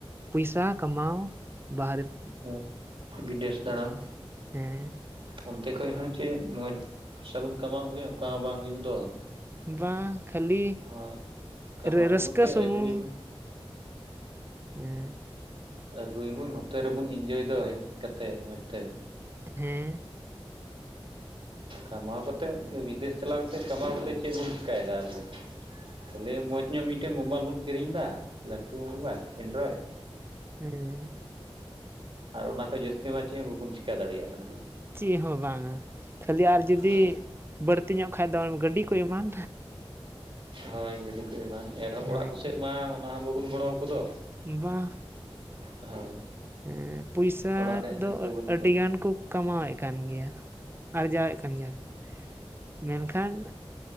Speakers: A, on the right; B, on the right.
A: ᱯᱚᱭᱥᱟ ᱠᱟᱢᱟᱣ ᱵᱷᱟᱨᱮᱛ
B: ᱦᱮᱸ ᱵᱤᱫᱮᱥ ᱫᱟᱲᱟᱱ
A: ᱦᱮᱸ
B: ᱚᱱᱛᱮ ᱠᱷᱚᱡ ᱦᱚᱸ ᱪᱮᱫ ᱢᱚᱸᱡᱽ ᱯᱚᱭᱥᱟ ᱵᱚᱱ ᱠᱟᱢᱟᱣ ᱟᱹᱜᱩᱭᱟ ᱚᱱᱠᱟ ᱦᱚᱸ ᱵᱟᱝ ᱦᱩᱭᱩᱜ ᱫᱚ
A: ᱵᱟ ᱠᱷᱟᱹᱞᱤ
B: ᱦᱳᱭ ᱠᱟᱢᱟᱣ
A: ᱨᱟᱹ
B: ᱟᱹᱜᱩ
A: ᱨᱟᱹᱥᱠᱟᱹ
B: ᱠᱟᱛᱮ
A: ᱥᱩᱢᱩᱝ
B: ᱟᱹᱜᱩᱭᱟᱵᱚᱱ
A: ᱮ
B: ᱟᱹᱜᱩᱭᱵᱚᱱ ᱱᱚᱛᱮ ᱨᱮᱵᱚᱱ ᱤᱱᱡᱚᱭ ᱫᱚ ᱦᱮᱡ ᱠᱟᱛᱮᱫ ᱢᱚᱸᱡᱽ ᱛᱮ
A: ᱦᱮᱸ
B: ᱠᱟᱢᱟᱣ ᱠᱟᱛᱮᱫ ᱵᱤᱫᱮᱥ ᱪᱟᱞᱟᱣ ᱠᱟᱛᱮ ᱠᱟᱢᱟᱣ ᱠᱟᱛᱮᱫ ᱪᱮᱫ ᱵᱚᱱ ᱪᱤᱠᱟᱭᱮᱫᱟ ᱟᱵᱚ ᱠᱷᱟᱞᱤ ᱢᱚᱸᱡᱽ ᱧᱚᱜ ᱢᱤᱫᱴᱮᱡ ᱢᱳᱵᱟᱭᱤᱞ ᱵᱚᱱ ᱠᱤᱨᱤᱧ ᱮᱫᱟ ᱞᱟᱹᱴᱩ ᱢᱳᱵᱟᱭᱤᱞ ᱮᱱᱰᱨᱚᱭᱰ
A: ᱦᱮᱸ
B: ᱟᱨ ᱚᱱᱟ ᱠᱷᱚᱡ ᱡᱟᱹᱥᱛᱤ ᱢᱟ ᱪᱮᱫ ᱵᱟᱵᱚᱱ ᱪᱤᱠᱟ ᱫᱟᱲᱮᱭᱟᱜ ᱠᱟᱱᱟ
A: ᱪᱮ ᱦᱚᱸ ᱵᱟᱝ-ᱟ ᱠᱷᱟᱹᱞᱤ ᱟᱨ ᱡᱩᱫᱤ
B: ᱦᱳᱭ
A: ᱵᱟᱹᱲᱛᱤ ᱧᱚᱜ ᱠᱷᱟᱱ ᱫᱚ ᱜᱟᱹᱰᱤ ᱠᱚᱭ ᱮᱢᱟᱱ
B: ᱦᱳᱭ ᱜᱟᱹᱰᱤ ᱠᱚ ᱮᱢᱟᱱ ᱮᱱᱦᱚᱸ
A: ᱦᱮᱸ
B: ᱚᱲᱟᱜ ᱠᱚᱥᱮᱫ ᱢᱟ ᱚᱱᱟ ᱦᱚᱸ ᱵᱟᱵᱚᱱ ᱜᱚᱲᱚᱣᱟᱠᱚ ᱫᱚ
A: ᱵᱟ
B: ᱦᱳᱭ
A: ᱦᱮᱸ ᱯᱚᱭᱥᱟᱹ
B: ᱚᱲᱟᱜ ᱨᱮᱭᱟᱜ
A: ᱠᱚᱫᱚ
B: ᱪᱤᱱᱛᱟᱹ ᱵᱟᱹᱱᱩᱜ
A: ᱟᱹᱰᱤ
B: ᱫᱚ
A: ᱜᱟᱱ ᱠᱚ ᱠᱟᱢᱟᱣᱮᱫ ᱠᱟᱱ ᱜᱮᱭᱟ ᱟᱨᱡᱟᱣᱮᱫ ᱠᱟᱱ ᱜᱮᱭᱟ ᱠᱚ ᱢᱮᱱᱠᱷᱟᱱ